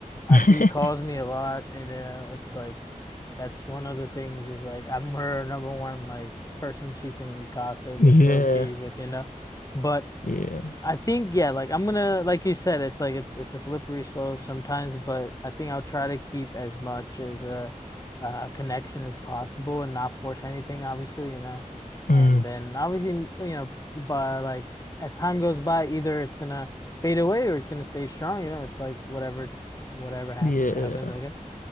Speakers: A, on the left (about 25°); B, on the left (about 85°).
A: uh,
B: <laughs>
A: she calls me a lot, and uh, it's like that's one of the things is like I'm her number one like person she can gossip
B: Yeah.
A: or spill tea with, you know. But
B: Yeah.
A: I think yeah, like I'm gonna like you said, it's like it's it's a slippery slope sometimes, but I think I'll try to keep as much as a uh connection as possible and not force anything, obviously, you know.
B: Mm.
A: And then obviously, you know, but like as time goes by, either it's gonna fade away or it's gonna stay strong, you know. It's like whatever whatever happens,
B: Yeah.
A: it happens, I guess.